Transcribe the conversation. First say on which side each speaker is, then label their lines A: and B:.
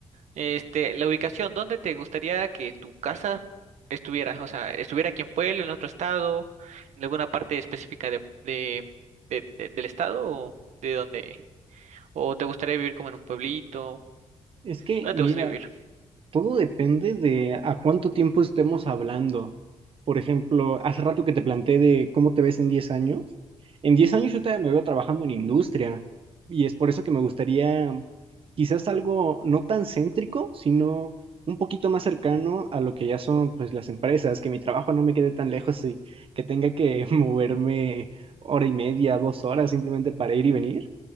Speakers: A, on the right; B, on the right.
A: Este, la ubicación, ¿dónde te gustaría que tu casa estuviera? O sea, estuviera aquí en Pueblo, en otro estado en alguna parte específica de, de- de- de- del estado o de dónde? ¿O te gustaría vivir como en un pueblito?
B: Es que,
A: ¿Dónde
B: mira,
A: te gustaría vivir?
B: Todo depende de a cuánto tiempo estemos hablando. Por ejemplo, hace rato que te planteé de cómo te ves en 10 años. En 10 años yo todavía me veo trabajando en industria y es por eso que me gustaría quizás algo no tan céntrico, sino un poquito más cercano a lo que ya son pues las empresas, que mi trabajo no me quede tan lejos y que tenga que <laughs> moverme hora y media, dos horas simplemente para ir y venir